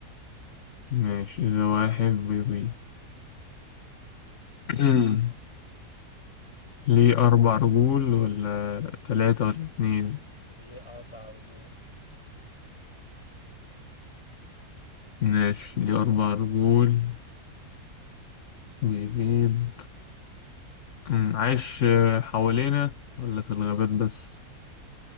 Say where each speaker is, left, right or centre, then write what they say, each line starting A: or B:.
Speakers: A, on the left; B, on the left.
A: ماشي زواحف بيبيض <clears throat> ليه أربع رجول ولا تلاتة ولا اتنين؟
B: ليه أربع رجول
A: ماشي ليه أربع رجول بيبيض أمم، عايش آه، حوالينا ولا في الغابات بس